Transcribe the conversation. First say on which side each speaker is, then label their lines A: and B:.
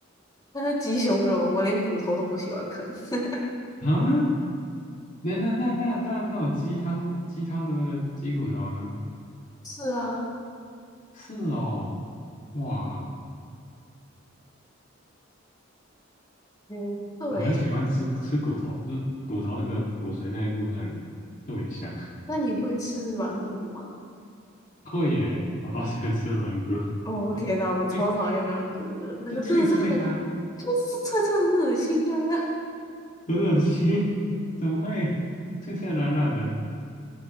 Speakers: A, on the left (about 20°); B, on the left (about 40°).
A: 那是鸡胸肉，我连骨头都不喜欢啃。<laughs>
B: 啊？那那那那那那种鸡汤鸡汤的那个鸡骨头呢？
A: 是啊，
B: 是哦，哇，
A: 嗯，对欸。
B: 我很喜欢吃吃骨头，就是骨头那个骨髓那一部分特别香。<laughs>
A: 那你会吃软骨吗？
B: 会耶，我好喜欢吃软骨。<laughs>
A: 哦天哪，我超讨厌软骨的，
B: 脆，
A: 那个真的是很，
B: 就脆脆的啊
A: 就是脆脆很恶心啊。
B: 很恶心，<laughs> 怎么会脆脆软软的？